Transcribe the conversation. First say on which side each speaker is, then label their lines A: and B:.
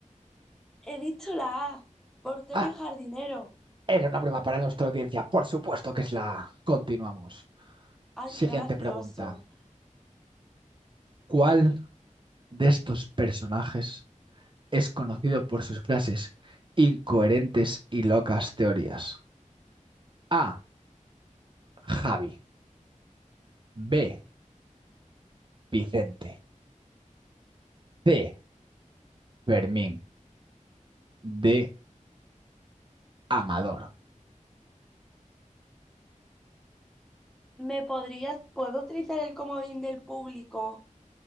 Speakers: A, in the centre; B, on the right.
A: he dicho la A. Portero
B: Ah,
A: y jardinero.
B: era una prueba para nuestra audiencia, por supuesto que es la A. Continuamos.
A: Ay,
B: Siguiente
A: qué gracioso.
B: pregunta. ¿Cuál de estos personajes es conocido por sus frases incoherentes y locas teorías? A, Javi. B, Vicente. C, Fermín. D, Amador.
A: ¿Me podrías, puedo utilizar el comodín del público